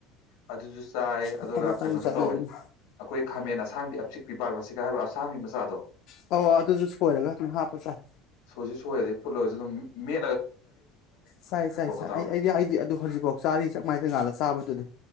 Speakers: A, on the left; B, on the left.
A: ꯑꯗꯨꯁꯨ ꯆꯥꯏ
B: ꯃꯇꯝ
A: ꯑꯗꯨꯒ
B: ꯃꯇꯝꯒꯤ
A: ꯀꯩꯅꯣꯁꯨ
B: ꯆꯠꯅꯕꯤꯅꯤ
A: ꯇꯧꯋꯦ ꯑꯩꯈꯣꯏ ꯈꯥꯃꯦꯟ ꯑꯁꯥꯡꯕꯤ ꯑꯄꯤꯛꯄꯤ ꯕꯥꯔꯃꯁꯤꯒ ꯍꯥꯏꯕ꯭ꯔꯥ ꯑꯁꯥꯡꯕꯤ ꯃꯆꯥꯗꯣ
B: ꯑꯣ ꯑꯗꯨꯁꯨ ꯁꯣꯏꯔꯒ ꯑꯗꯨꯝ ꯍꯥꯞꯄ ꯆꯥꯏ
A: ꯁꯣꯏꯁꯨ ꯁꯣꯏꯔꯦ ꯐꯨꯠꯂꯒꯁꯨ ꯑꯗꯨꯝ ꯃꯦꯠ
B: ꯆꯥꯢ ꯆꯥꯏ ꯆꯥꯏ
A: ꯇꯧꯔꯒ
B: ꯑꯩ ꯑꯩꯗꯤ ꯑꯩꯗꯤ ꯑꯗꯨ ꯍꯧꯖꯤꯛꯐꯥꯎ ꯆꯥꯔꯤ ꯆꯥꯛꯃꯥꯢꯗ ꯉꯥꯜꯂ ꯆꯥꯕꯗꯨꯗꯤ